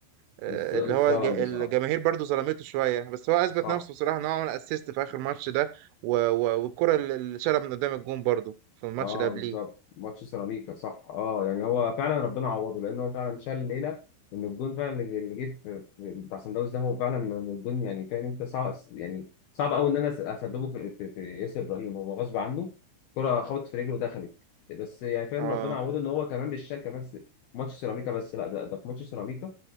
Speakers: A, on the right; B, on the left.
A: آه،
B: الز- الظلم
A: اللي هو الج- الجماهير
B: بصراحة
A: برضو ظلمته شويه بس هو اثبت
B: صح
A: نفسه بصراحه ان هو عمل اسيست في اخر ماتش ده و- و- والكره اللي اللي شالها من قدام الجون برضو في الماتش
B: اه
A: اللي قبليه
B: بالظبط ماتش سيراميكا صح اه يعني هو فعلا ربنا عوضه لان هو فعلا شال ليله ان الجون فعلا اللي اللي جه في في- بتاع سان داونز ده هو فعلا من الجون يعني فاهم انت صعب يعني صعب قوي ان انا أس- اسببه في, في, في ياسر ابراهيم هو غصب عنه كرة خبطت في رجله ودخلت بس يعني فاهم
A: اه
B: ربنا عوضه ان هو كمان مش شال كمان س- ماتش سيراميكا بس لا ده, ده في ماتش سيراميكا